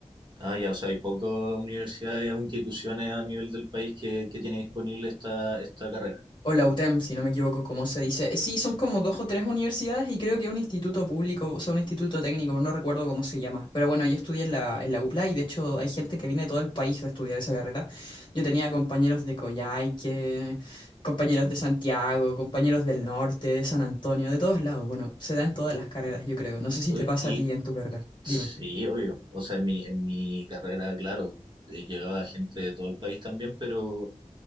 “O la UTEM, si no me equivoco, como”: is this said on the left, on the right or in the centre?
Left